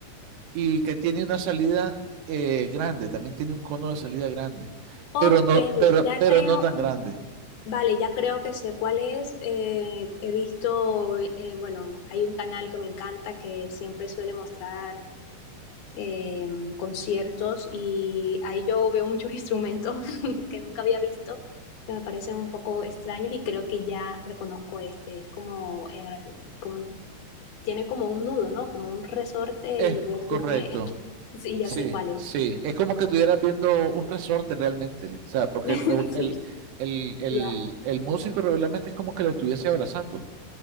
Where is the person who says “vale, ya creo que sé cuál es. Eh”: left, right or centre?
Left